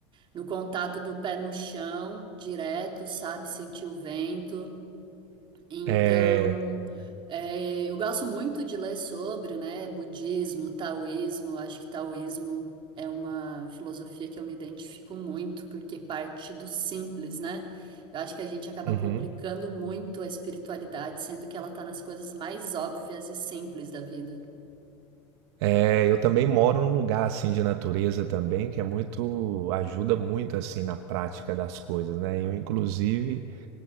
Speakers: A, on the right; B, on the right.
A: no contato do pé no chão, direto, sabe, sentir o vento. Então,
B: É,
A: é, eu gosto muito de ler sobre, né, budismo, taoísmo. Acho que taoísmo é uma filosofia que eu me identifico muito, porque parte do simples, né? Eu acho que a gente acaba
B: uhum.
A: complicando muito a espiritualidade, sendo que ela tá nas coisas mais óbvias e simples da vida.
B: É, eu também moro num lugar assim de natureza também, que é muito, ajuda muito assim na prática das coisas, né? Eu inclusive,